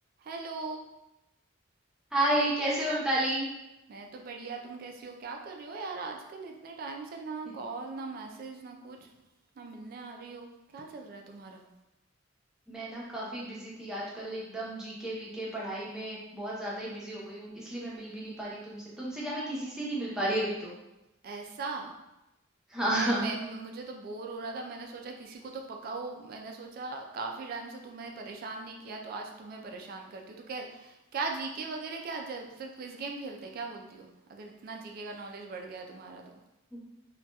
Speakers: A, on the right; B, in the centre.
A: हेलो
B: हाय कैसे हो मिताली
A: मैं तो बढ़िया तुम कैसी हो क्या कर रही हो यार आजकल इतने टाइम से ना
B: <laughs>
A: कॉल ना मैसेज ना कुछ ना मिलने आ रही हो क्या चल रहा है तुम्हारा
B: मैं ना काफी बिजी थी आजकल एकदम जीके वीके पढ़ाई में बहुत ज्यादा ही बिजी हो गई हूँ इसलिए मैं मिल भी नहीं पा रही तुमसे तुमसे क्या मैं किसी से नहीं मिल पा रही अभी तो
A: ऐसा
B: हाँ
A: मैं मैं मैं- मुझे तो बोर हो रहा था मैंने सोचा किसी को तो पकाओ मैंने सोचा काफी टाइम से तुम्हें परेशान नहीं किया तो आज तुम्हें परेशान करती हूँ तो क्या क्या जीके वगैरह क्या ज- फिर क्विज गेम खेलते हैं, क्या बोलती हो अगर इतना जीके का नॉलेज बढ़ गया है तुम्हारा तो
B: <laughs>